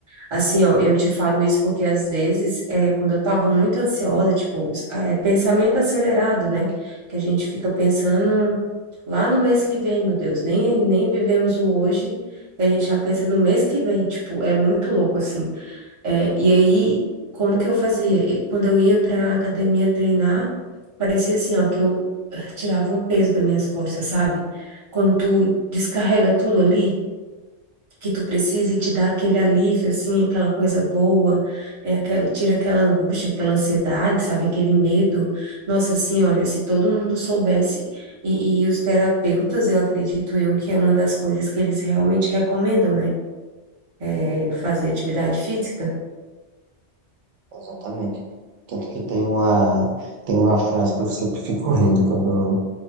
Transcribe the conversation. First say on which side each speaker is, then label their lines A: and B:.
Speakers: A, on the right (about 30°); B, on the right (about 80°).
A: Assim, ó, eu te falo isso porque às vezes, é, quando eu tava muito ansiosa, tipo, é pensamento acelerado, né? Que a gente fica pensando lá no mês que vem, meu Deus, nem, nem vivemos o hoje, e a gente já pensa no mês que vem, tipo, é muito louco, assim. É, e aí, como que eu fazia? E Quando eu ia pra academia treinar, parecia assim, ó, que eu eh, tirava um peso das minhas costas, sabe? Quando tu descarrega tudo ali que tu precisa e te dá aquele alívio, assim, aquela coisa boa, é aquela, tira aquela angústia, aquela ansiedade, sabe, aquele medo. Nossa, assim, olha, se todo mundo soubesse, e, e os terapeutas, eu acredito eu que é uma das coisas que eles realmente recomendam, né? É fazer atividade física.
B: Exatamente. Tanto que tem uma, tem uma frase que eu sempre fico rindo quando,